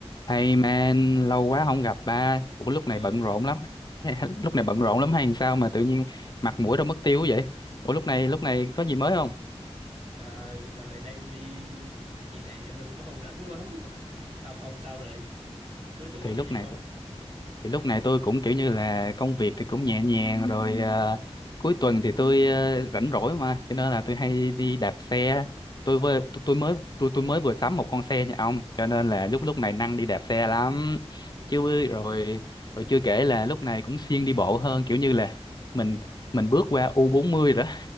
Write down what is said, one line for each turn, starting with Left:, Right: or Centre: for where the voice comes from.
Left: Hey man, lâu quá không gặp ba. Ủa lúc
Right: Hello,
Left: này bận rộn lắm. <laughs>
Right: <laughs>
Left: Lúc này bận rộn lắm hay sao mà tự nhiên mặt mũi đâu mất tiêu vậy? Ủa lúc này lúc này có gì mới không?
Right: à, dạo này đang đi dạy đàn cho nên cũng không rảnh quá. <laughs> Ông ông sao rồi? Cuối tuần
Left: Thì
Right: này
Left: lúc
Right: có gì
Left: này
Right: không?
Left: thì lúc này tôi cũng kiểu như là công việc thì cũng nhẹ nhàng rồi ờ, cuối tuần thì tôi ờ, rảnh rỗi mà cho nên là tôi hay đi đạp xe tôi
Right: Ồ,
Left: vừa tôi, tôi mới tôi tôi mới vừa sắm một con xe nha ông cho nên là lúc lúc này năng đi đạp xe lắm
Right: ừ.
Left: chứ bư- rồi rồi chưa kể là lúc này cũng siêng đi bộ hơn kiểu như là mình mình bước qua U40 bốn mươi rồi đó